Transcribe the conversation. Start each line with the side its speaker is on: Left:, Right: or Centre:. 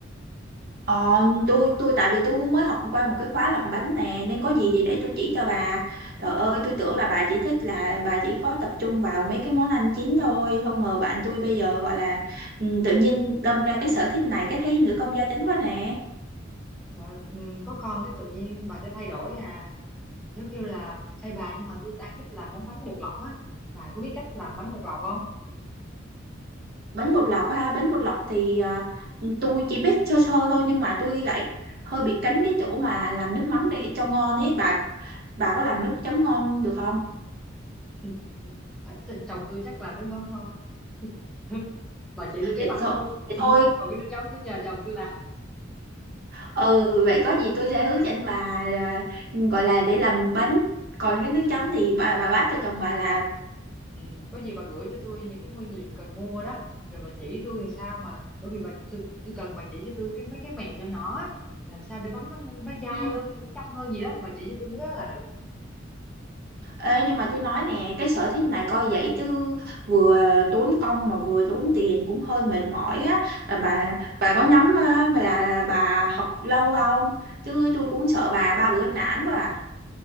Right: Ờ, tôi tôi tại vì tôi cũng mới học qua một cái khóa làm bánh nè nên có gì thì để tôi chỉ cho bà. Trời ơi, tôi tưởng là bà chỉ thích là bà chỉ có tập trung vào mấy cái món ăn chín thôi, không ngờ bạn tôi bây giờ gọi là ừ, tự nhiên đâm ra cái sở thích này cái thấy nữ công gia chánh quá nè.
Centre: Rồi, ừ, có con cái tự nhiên bà sẽ thay đổi à giống như là ê bà nhưng mà tôi đang thích làm món bánh bột lọc á bà có biết cách làm bánh bột lọc không
Right: Bánh bột lọc ha, bánh bột lọc thì à, tôi chỉ biết sơ sơ thôi nhưng mà tôi lại hơi bị cánh cái chỗ mà làm nước mắm để cho ngon ấy. Bà bà có làm nước chấm ngon được không?
Centre: <laughs> Phải- chồng tôi chắc làm nước mắm ngon <laughs> bà chỉ tôi cái
Right: Để
Centre: bánh
Right: thôi,
Centre: thôi <laughs>
Right: để
Centre: còn
Right: thôi
Centre: còn cái nước chấm nó nhờ chồng tôi làm
Right: ừ vậy có gì tôi sẽ hướng dẫn bà à, gọi là để làm bánh còn cái nước
Centre: ừ,
Right: chấm thì bà bà bắt cho chồng bà làm
Centre: ừ. có gì bà gửi cho tôi những cái nguyên liệu cần mua đó rồi bà chỉ tôi làm sao mà bởi vì bà tôi, tôi cần bà chỉ cho tôi cái mấy cái mẹo nhỏ nhỏ á làm sao để bánh nó nó dai
Right: ừ.
Centre: hơn nó trong hơn gì đó bà chỉ cho tôi mấy cái đó là được
Right: Ê, nhưng mà tôi nói nè cái sở thích này coi vậy chứ vừa tốn công mà vừa tốn tiền cũng hơi mệt mỏi á là bà bà có nhắm á, mà là bà học lâu không chứ tôi cũng sợ bà ba bữa nản quá à.